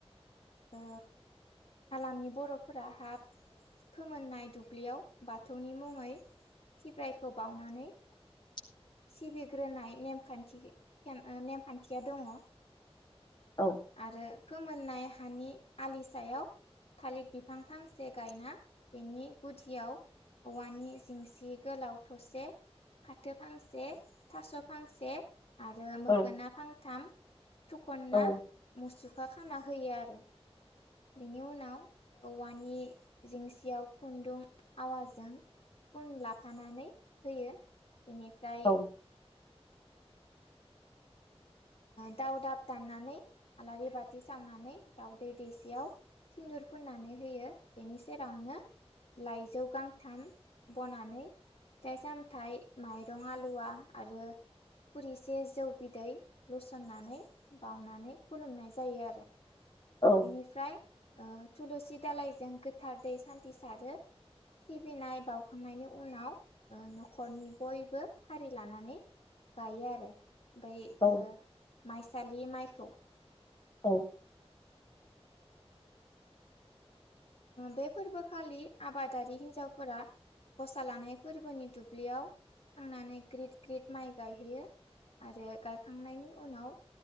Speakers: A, on the left (about 45°); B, on the left (about 65°).
A: <inaudible>
B: ओ हालामनि बर'फोरा हाब फोमोननाय दुब्लियाव बाथौनि मुङै सिब्रायखौ बावनानै
A: <inaudible>
B: सिबिग्रोनाय नेखान्थि नेमखान्थिया दङ
A: औ
B: आरो फोमोननाय हानि आलि सायाव थालिर बिफां फांसे गायना बेनि गुदियाव औवानि जिंसि गोलाव थसे फा थो फांसे थास' फांसे आरो मोखोना
A: औ
B: फांथाम थखना
A: औ
B: मुसुखा खाना होयो आरो बेनि उनाव औवानि जोंसियाव खुन्दुं आवाजों खुन लाफानानै होयो बेनिफ्राय
A: औ
B: दाउ दाब दाननानै आलारि बाथि सावनानै दाउदै दैसेयाव सिन्दुर फुननानै होयो बेनि सेरावनो लाइजौ गांथाम बनानै फिथाइ सामथाइ माइरं आलुवा आरो खुरिसे जौ बिदै लुसननानै बावनानै खुलुमनाय जायो आरो
A: औ
B: बेनिफ्राय थुलुसि दालायजों गोथार दै सान्थि सारो सिबिनाय बावखांनायनि उनाव न'खरनि बयबो फारि लानानै गायो आरो ओमफ्राय
A: औ
B: माइसालि माइखौ
A: औ
B: बे फोरबोखालि आबादारि हिन्जावफोरा गसा लानाय फोरबोनि दुब्लियाव थांनानै ग्रिद ग्रिद माइ गायहैयो आरो गायखांनायनि उनाव